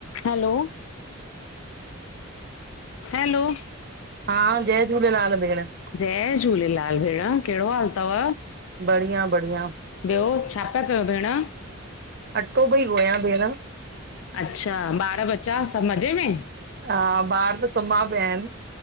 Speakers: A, on the left (about 70°); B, on the right (about 50°).
A: Hello, hello
B: हा, जय झूलेलाल भेण
A: जय झूलेलाल भेण कहिड़ो हालु थव?
B: बढिया -बढिया।
A: ॿियो छा पिया कयो भेण?
B: अटो पई गोयां भेण
A: अच्छा, ॿार बच्चा सभु मज़े में?
B: हा, ॿार त सुम्हां पिया आहिनि।